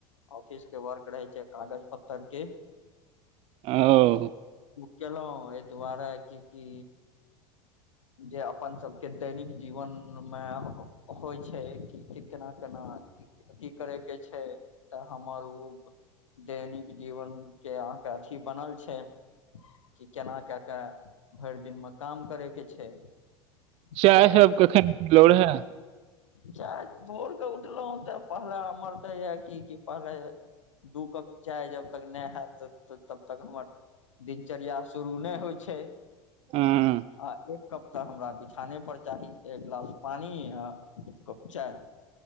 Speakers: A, on the left; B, on the right.
A: ऑफिस के वर्क रहै छै कागज पत्तर के
B: ओ
A: केलहुँ एहि दुआरे क की जे अपन सबके दैनिक जीवन मे होइ छै कि केना केना की करै के छै तऽ हमर ऊ दैनिक जीवन के अथी बनल छै कि केना कए के भरि दिनमे काम करयके छै
B: चाय
A: तऽ
B: सब कखन पीलो रहय
A: चाय भोरके उठलहुँ तऽ पहला मरदे य क पहले दू कप चाय जब तक नहि हयत तबतक हमर दिनचर्या शुरू नहि होय छै
B: हँ
A: आ एक कप तऽ हमरा बिछाने पर चाही एक गिलास पानि एक कप चाय